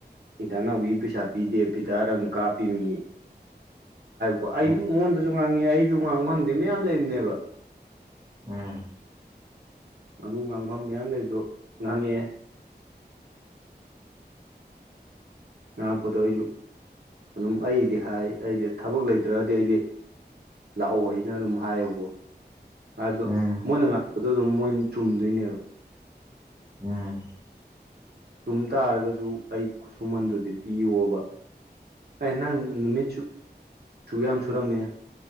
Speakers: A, on the right; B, on the right.
A: ꯏꯟꯇ ꯅꯎꯒꯤ ꯄꯩꯁꯥ ꯄꯤꯗꯦ ꯄꯤꯇꯥꯔꯪ ꯀꯥꯞꯄꯤꯃꯤ ꯀ ꯑꯩ
B: ꯎꯝ
A: ꯃꯉꯣꯟꯗꯁꯨ ꯉꯥꯡꯉꯤ ꯑꯩꯁꯨ ꯉꯥꯡꯐꯝꯗꯤ ꯃꯌꯥꯝ ꯂꯩꯔꯤꯅꯦꯕ
B: ꯎꯝ
A: ꯑꯗꯨ ꯉꯥꯡꯐꯝ ꯃꯌꯥꯝ ꯂꯩꯕꯗꯣ ꯉꯥꯡꯉꯛꯑꯦ ꯉꯥꯡꯉꯄꯗꯣ ꯑꯩꯁꯨ ꯑꯗꯨꯝ ꯑꯩꯗꯤ ꯍꯥꯏ ꯑꯩꯗꯤ ꯊꯕꯛ ꯂꯩꯇ꯭ꯔꯗꯤ ꯑꯩꯗꯤ ꯂꯥꯛꯑꯣ ꯍꯥꯏꯩꯅ ꯑꯗꯨꯝ ꯍꯥꯏꯌꯦꯕꯀꯣ ꯍꯥꯏꯕꯗꯣ
B: ꯎꯝ ꯎꯝ
A: ꯃꯣꯏꯅ ꯉꯥꯛꯄꯗꯣ ꯑꯗꯨꯝ ꯃꯣꯏ ꯆꯨꯝꯗꯣꯏꯅꯦꯕ
B: ꯎꯝ
A: ꯆꯨꯝ ꯇꯥꯔꯒꯁꯨ ꯑꯩ ꯈꯨꯠꯁꯨꯃꯟꯗꯨꯗꯤ ꯄꯤꯌꯣꯕ ꯑꯅꯪ ꯅꯨꯃꯤ ꯆ ꯁꯨꯒ ꯌꯥꯝ ꯁꯨꯔꯝꯃꯦ